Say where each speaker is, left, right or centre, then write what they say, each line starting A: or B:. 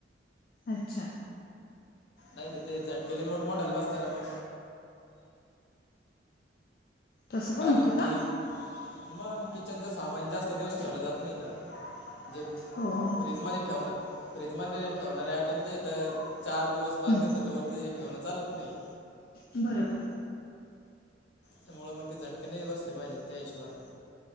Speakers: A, on the left; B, on the left.
A: अच्छा.
B: नाही ते झटके लय मोठमोठाले बसतेले ना मग
A: तसं पण
B: कारण
A: होतं का
B: की मग किचनच सामान जास्त दिवस ठेवले जात नाही ना जे
A: हो हो.
B: फ्रीजमध्ये ठेवाव लागतं. फ्रीज मध्ये ठेवणारे आयटम जे तर चार दिवस पाच
A: हम्म,
B: दिवसाच्या वरती ठेवणं चालत नाही.
A: बरोबर.
B: त्यामुळं मग ते झटके नाही बसले पाहिजेत त्या हिशोबाने